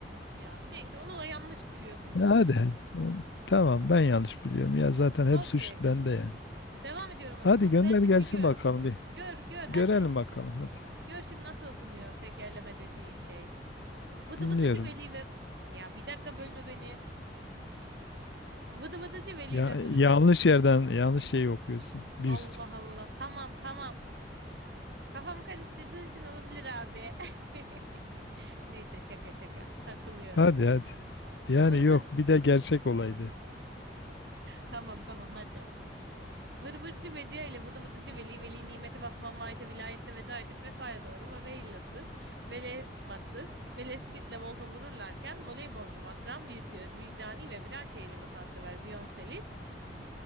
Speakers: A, on the right; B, on the left.
A: Ya neyse onu da yanlış biliyorsundur
B: Ya
A: sen.
B: hadi. Hı. Tamam ben yanlış biliyorum ya zaten hep
A: Okey.
B: suç bende yani.
A: Devam ediyorum
B: Hadi
A: o zaman.
B: gönder
A: Sen şimdi
B: gelsin
A: gör.
B: bakalım bir.
A: Gör gör hadi.
B: Görelim bakalım hadi.
A: Gör şimdi nasıl okunuyor tekerleme dediğin şey. Vıdı
B: Dinliyorum.
A: vıdıcı veli ve... Ya bir dakika bölme beni. Vıdı vıdıcı veli
B: Ya
A: ve vır
B: yanlış
A: vır...
B: yerden yanlış şeyi okuyorsun. Bir
A: Allah
B: üst.
A: Allah. Tamam tamam. Kafamı karıştırdığın için olabilir abi. <laughs> Neyse şaka şaka. Takılıyorum.
B: Hadi hadi. Yani
A: Vır vır.
B: yok bir de gerçek olaydı.
A: Tamam tamam hadi. Vır vırcı Vedia ile vıdı vıdıcı Veli, Veli nimeti Batman Vahit'e vilayette veda edip vefaya doğru Vaveillasız, Velevatsız ve Lespitle volta vururlarken voleybolcu Vatran, virtüöz, vicdani ve viran şehirli vatansever viyonselist